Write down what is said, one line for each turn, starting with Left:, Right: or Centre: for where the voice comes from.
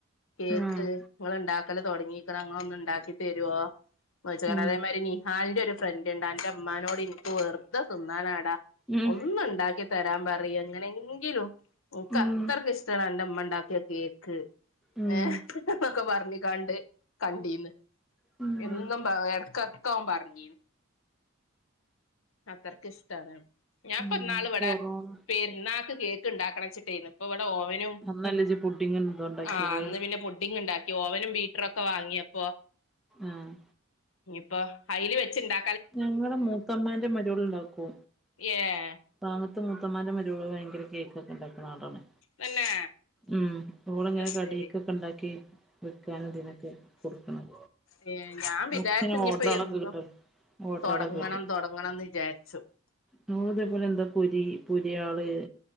Left: കേക്ക്
Centre: ആഹ്
Left: ഇങ്ങള് ഇണ്ടാക്കല് തൊടങ്ങി ഇങ്ങള് ഒന്ന് ഉണ്ടാക്കി തരോ <unintelligible>
Centre: ഉം
Left: അതേമാതിരി നീ ഹാലിന്റെ ഒരു ഫ്രണ്ട് ഉണ്ട് അന്റെ ഇമ്മാനോട് എനിക്ക് വെറുതെ തിന്നാനാടാ
Centre: ഉം
Left: ഒന്നുണ്ടാക്കി തരാൻ പറയ് എങ്ങനെങ്കിലും ഓക്ക്
Centre: ഉം
Left: അത്രക്ക് ഇഷ് ത്തണ അന്റെമ്മണ്ടാക്കിയ കേക്ക്
Centre: ഉം
Left: എ ന്നൊക്കെ പറഞ്ഞിക്കാണ്ട് കണ്ടീന്ന്
Centre: ഉം
Left: എന്നും എടക്കടക്ക് ഓൻ പറഞ്ഞീ ക്കത്രക്ക് <unintelligible> ഞാൻപ്പന്നാള്
Centre: ഉം
Left: ഇവിടെ
Centre: കൊറോണ
Left: പെരുന്നാക്ക് കേക്ക് ഇണ്ടാക്കണം ച്ചിട്ടേന്നു ഇപ്പ ഇവിടെ ഓവനും
Centre: അന്നല്ലേ ഇജ്ജ് പുഡിങ് എന്തോ ഉണ്ടാക്കിയത്
Left: ആഹ് അന്ന് പിന്നെ പുഡിങ് ഇണ്ടാ ഓവനും ബീറ്ററും ഒക്കെ വാങ്ങിയപ്പോ
Centre: ആഹ്
Left: ഇനിപ്പോ അയില് വെച്ചണ്ടാ
Centre: ഞങ്ങളെ മൂത്തമ്മേന്റെ മരോള് ഇണ്ടാക്കോ
Left: ഏഹ്
Centre: പാവണ്ണത്തെ മൂത്തമ്മാന്റെ മരോള് ഭയങ്കര കേക്ക് ഒക്കെ ഇണ്ടാക്കുന്ന ആളാണ്
Left: തന്നെ
Centre: ഉം ഓളിങ്ങനെ
Left: അത്
Centre: കടീക്കോക്കെ
Left: ശരി
Centre: ഇണ്ടാക്കി വിക്കാനുതിനൊക്കെ കൊടുക്കണം
Left: ഏ ഞാൻ വിചാരിച്ച്
Centre: ഓക്കിങ്ങനെ
Left: ഞ്
Centre: ഓർഡറാളൊക്കെ
Left: പ്പ എന്നും
Centre: കിട്ടും ഓർഡറാളൊക്കെ
Left: തൊടങ്ങണം തൊടങ്ങണംന്ന് വിചാരിച്ചു
Centre: നൂറ് രൂപേലെന്താ പൊരി പുരിയാള്